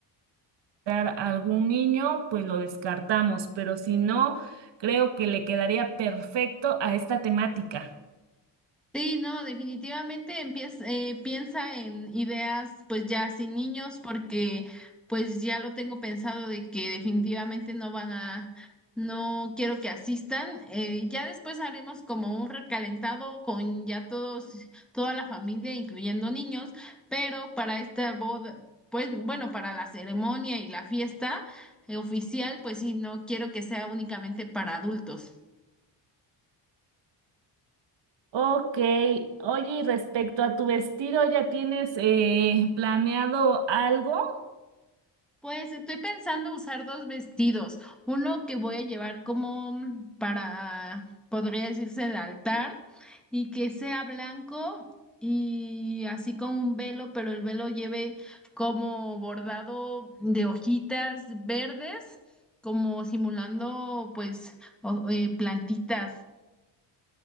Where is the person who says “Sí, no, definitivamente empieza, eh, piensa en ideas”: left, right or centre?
Centre